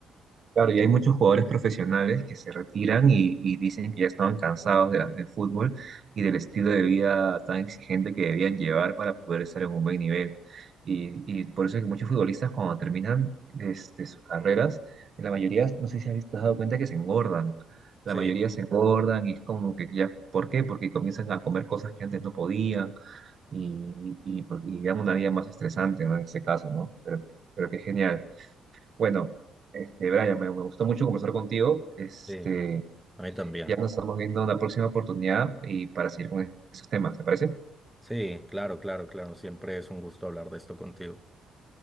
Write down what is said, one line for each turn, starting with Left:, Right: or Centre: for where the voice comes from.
Right: Claro, y hay muchos jugadores profesionales que se retiran y, y dicen que ya estaban cansados de la- del fútbol y del estilo de vida tan exigente que debían llevar para poder estar en un buen nivel. Y, y por eso es que muchos futbolistas cuando terminan este, sus carreras, en la mayoría, no sé si habéis- te has dado cuenta que se engordan. La
Centre: Sí,
Right: mayoría se engordan y es como que ya, ¿por qué? Porque comienzan a comer cosas que antes no podían y, y, y porque- y llevan una vida más estresante, ¿no? En este caso, ¿no? Pero, pero qué genial. Bueno, este, Brian, me, me gustó mucho conversar contigo. Este,
Centre: Sí, a mí también.
Right: ya nos estamos viendo en la próxima oportunidad y para seguir con esos temas, ¿te parece?
Centre: Sí, claro, claro, claro. Siempre es un gusto hablar de esto contigo.